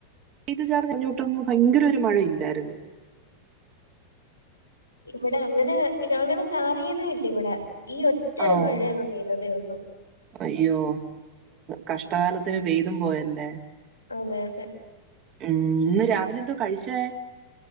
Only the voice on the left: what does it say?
ഇവടെ അങ്ങനെ അങ്ങനെ ചാറിയതില്ല വടെ ഈ ഒറ്റരു
മഴ അങ്ങ് പെയ്തതേ ഒള്ളു.
അതെ യതെ